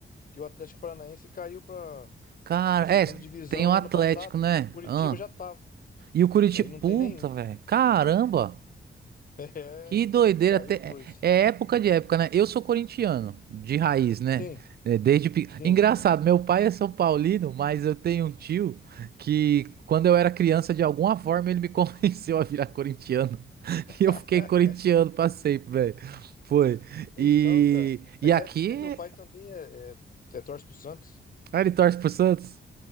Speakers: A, on the left; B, on the right.
A: que o Atlético Paranaense caiu pra
B: Cara,
A: para segunda
B: é.
A: divisão
B: Tem o Atlético,
A: ano passado
B: né?
A: e o Curitiba
B: Ah,
A: já tava.
B: e o Curitiba.
A: Aí não
B: Puta,
A: tem nenhum.
B: velho. Caramba.
A: <laughs> É,
B: Que doideira.
A: caiu
B: te-
A: os
B: É
A: dois.
B: é época de época, né? Eu sou corintiano, de raiz, né?
A: Sim,
B: É, Desde pe-
A: sim.
B: Engraçado, meu pai é São Paulino, mas eu tenho um tio que, quando eu era criança, de alguma forma ele me <laughs> convenceu a virar corintiano. <laughs>
A: <laughs>
B: E eu fiquei corintiano pra sempre, velho. Foi. E,
A: Então, cara.
B: e
A: Mas
B: aqui.
A: é assim mesmo, meu pai também é, é, é torce pro Santos.
B: Ah, ele torce pro Santos?